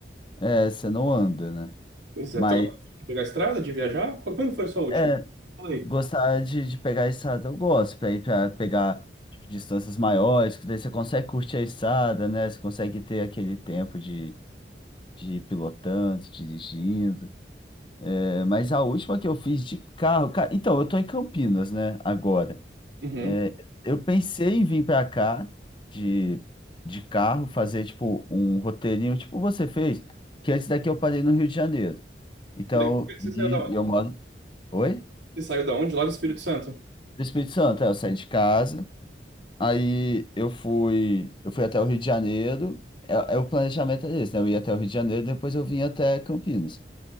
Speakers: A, on the left; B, on the right.
A: é, você não anda, né?
B: Pois é,
A: Mas.
B: tu gosta de pegar a estrada, de viajar? Qu- Quando foi a sua última?
A: é,
B: Fala aí.
A: Gostar de, de pegar estrada, eu gosto, para ir para pegar tipo, distâncias maiores, que daí você consegue curtir a estrada, né? Você consegue ter aquele tempo de, de ir pilotando, dirigindo. É, mas a última que eu fiz de carro, ca- então, eu tô em Campinas, né, agora.
B: Uhum.
A: É, eu pensei em vir para cá de, de carro, fazer tipo um roteirinho, tipo você fez, porque antes daqui eu parei no Rio de Janeiro. Então,
B: Le- Você
A: e
B: saiu da onde?
A: eu moro. Oi?
B: Você saiu da onde? Lá do Espírito Santo.
A: Do Espírito Santo, é, eu saí de casa. Aí eu fui, eu fui até o Rio de Janeiro. É, é o planejamento era esse, né? Eu ia até o Rio de Janeiro, depois eu vim até Campinas.